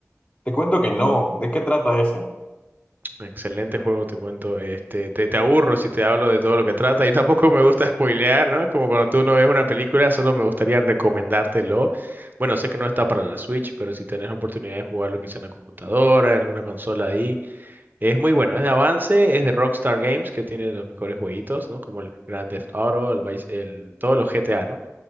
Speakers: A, on the left; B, on the right.
A: Te cuento que no. ¿De qué trata ese?
B: Excelente juego, te cuento. Este, te, te aburro si te hablo de todo lo que trata y <laughs> tampoco me gusta spoilear, ¿no? Es como cuando tú no ves una película, solo me gustaría recomendártelo. Bueno, sé que no está para la Switch, pero si tenés oportunidad de jugarlo quizá en la computadora, en alguna consola ahí, es muy bueno. Es de avance, es de Rockstar Games, que tiene los mejores jueguitos, ¿no? Como el Grand Theft Auto, el, Vice- el, todos los GTA, ¿no?